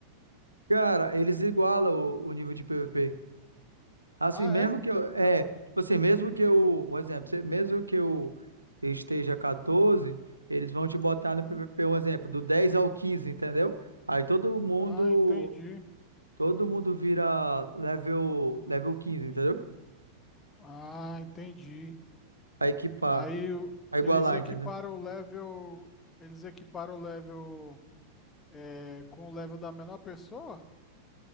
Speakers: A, on the right; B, on the left.
A: Cara, eles igualam o, o nível de PVP. Assim,
B: Ah,
A: mesmo
B: é?
A: que eu. É,
B: Fica-
A: tipo assim, mesmo que eu. Um exemplo, se- mesmo que eu esteja 14, eles vão te botar
B: Uhum.
A: no PVP, um exemplo, do 10 ao 15, entendeu? Aí todo mundo.
B: Ah, entendi.
A: Todo mundo vira level, level 15, entendeu?
B: Ah, entendi.
A: A equipar,
B: Aí o-
A: a
B: eles
A: igualar,
B: equiparam
A: entendeu?
B: o level, eles equiparam o level É, com o level da menor pessoa?